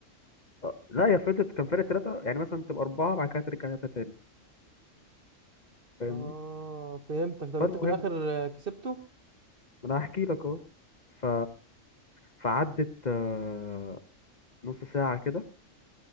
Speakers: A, on the left (about 35°); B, on the right (about 45°).
A: أه، لا يا فضلت كان فرق ثلاثة يعني مثلا تبقى أربعة بعد كده ترجع ثلاثة تاني فاهمني
B: اه فهمتك طب
A: فالمهم
B: انت في الاخر آه، كسبته
A: ما أنا هحكي لك أهو ف فعدت آه، نص ساعة كده